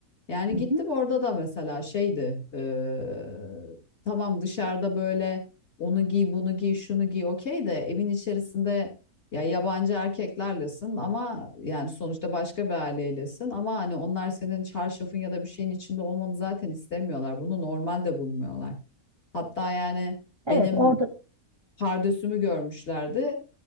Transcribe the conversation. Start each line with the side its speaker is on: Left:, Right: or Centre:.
Left: Yani
Right: Hı
Left: gittim
Right: hı.
Left: orada da mesela şeydi eee, tamam dışarıda böyle onu giy bunu giy şunu giy okey de evin içerisinde ya yabancı erkeklerlesin ama yani sonuçta başka bir aileylesin ama hani onlar senin çarşafın ya da bir şeyin içinde olmanı zaten istemiyorlar bunu normal de bulmuyorlar. Hatta yani
Right: Evet,
Left: benim
Right: orada
Left: pardösümü görmüşlerdi.